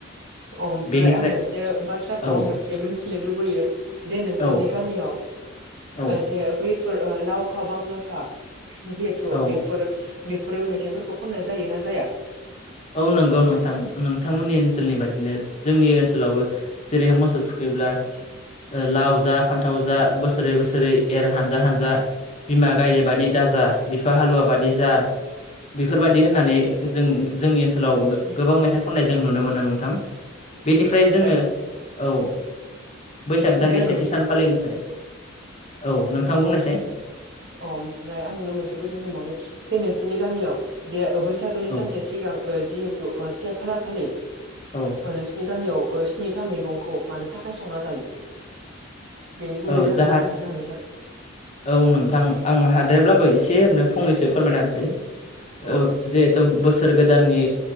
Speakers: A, on the right; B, on the left.
A: अ ओमफ्राय
B: बेनिफ्राय
A: आं मोनसे बाथ्राखौ
B: औ
A: आं मोनसे मिथिनो लुबैयो दे नोंसोरनि
B: औ
A: गामियाव
B: औ
A: जे बैफोर लावखा बांनाखा जिहेथु
B: औ
A: बेफोर बे फोरो मेथाइफोरखौ खननाय जायोना जाया?
B: औ नंगौ नोंथां नोंथांमोननि ओनसोलनि बाददिनो जोंनि ओनसोलावबो जेरैहाय मोसौ थुखै ब्ला लाव जा फान्थाव जा बोसोरै बोसोरै एर हानजा हानजा बिमा गायदे बायि दा बि हाल जा बिफा हालुवा बादि जा बेफोर बादि होन्नानै जों जोंनि ओनसोलाव
A: उम
B: गोबां
A: उम
B: मेथाइ खननाय जों नुनो मोनो नोंथां बेनिफ्राय
A: उम ओमफ्राय
B: जोङो औ बैसाग
A: ओमफ्राय
B: दाननि सेथि
A: आं
B: सानखालिनिफ्राय औ नोंथां बुंनायसाय।
A: अ ओमफ्राय आं नोंनो मोनसे कुइसन सोंबावनि जे नोंसिनि गामियाव जेै बैसागोनि सानसे
B: औ
A: सिगांनो ओ जिहेतु ओ से खालार खालि
B: औ
A: नोंनि गामियाव ओ स्निथा मैगंखौ मानि थाखाय संना जायो बेनि गुबै
B: औ
A: जाहोनखौ
B: जाहा
A: खिन्थानो हागोन ना
B: औ नोंथां आं हाद्राय्लाबो एसे ओरैनो फंनैसो फोरमायना होनसै
A: औ
B: ओ जिहेथु बोसो र‌ गोदाननि